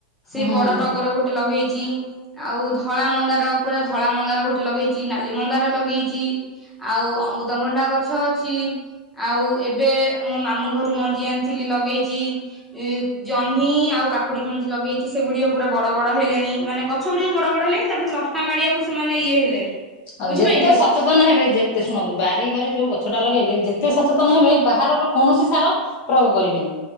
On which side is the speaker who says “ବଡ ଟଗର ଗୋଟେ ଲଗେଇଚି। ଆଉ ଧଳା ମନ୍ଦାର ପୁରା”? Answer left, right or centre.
Centre